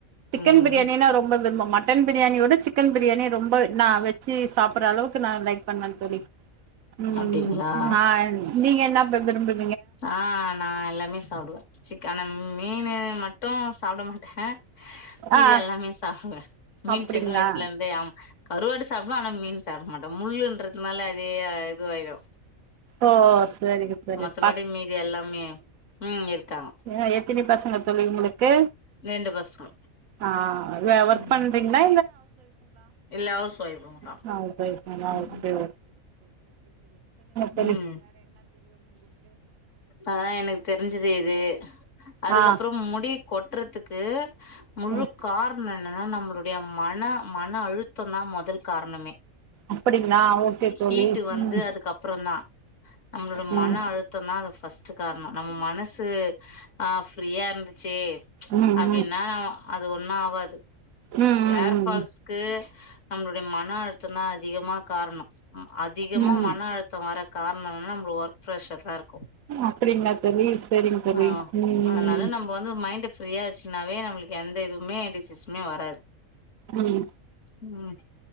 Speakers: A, on the right; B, on the left.
A: சிக்கன்
B: ம்
A: பிரியாணின்னா ரொம்ப விரும்போ மட்டன் பிரியாணியோட சிக்கன் பிரியாணி ரொம்ப நா வெச்சு சாப்டு ஓர் அளவுக்கு நா லைக் பண்ணுவே தோழி உம்
B: அப்டிங்களா
A: ம் ஆ நீங்க என்னே <unintelligible>
B: ஆ நா எல்லாமே சாப்புடுவே சிக்கனு மீனு மட்டு சாப்பட மாட்டே மீதி
A: ஆ
B: எல்லாமே சாப்புடுவே மீன்
A: அப்டிங்களா
B: சின்ன வயசுல இருந்தே ஆமா கருவாடு சாப்புடுவே ஆனா மீன் சாப்பட மாட்டே <unintelligible> னால அதே அதுவாயிரு
A: ஓ செரிங் செரிங்
B: மத்தபடி மீதி எல்லாமே உம் இருக்காங்க
A: அ எத்தினி பசங்க தோழி உங்களுக்கு
B: ரெண்டு பசங்க
A: ஆ வே ஒர்க்
B: ம்
A: பண்றீங்களா
B: இல்ல ஹவுஸ் ஒய்ஃப்ங்கதா
A: <unintelligible> உங்க ஓய்ஃப்ங்களா
B: ம்
A: ஆ <unintelligible>
B: ம் அதா எனக்கு தெரிஞ்சது இது அதுக்கப்பறோ
A: ஆ
B: முடி கொட் ட்டறதுக்கு முழு
A: ம்
B: காரண என்னன்னா நம்மளுடைய மன மன அழுத்தம்தா முதல் காரணமே
A: அப்டிங்களா ஓகே தோழி
B: ஹீட்டு வந்து
A: ம்
B: அதுக்கப்ரோ தா நம்மளோட
A: ம்
B: மன அழுத்தம்தா அது ஃபர்ஸ்ட் ச்ச காரணம் நம்ம மனசு ஆஃப் ஃப்ரீயா இருந்துச்சு
A: ம் ம்
B: அப்படின்னா ந அது ஒன்னு ஆவாது
A: ம்
B: ஏர்
A: ம்
B: ஃபால்ஸ் ஆ நம்மளுடைய மன அழுத்தம்தா அதிகமா காரணம் அதிகமா
A: ம் ம்
B: மன அழுத்தம் வர காரணம் நம்ம ஒர்க் ப்ரக்ஷர் தா இருக்
A: அப்படிங்களா தோழி சரிங் தோழி
B: ஆ
A: உம்
B: அதனால
A: ம்
B: நம்ம வந்து மைண்ட ஃப்ரீயா வச்சுனாவே நம்மளுக்கு எந்த இதுவுமே டிசிஸமே வராது
A: உம்
B: உம்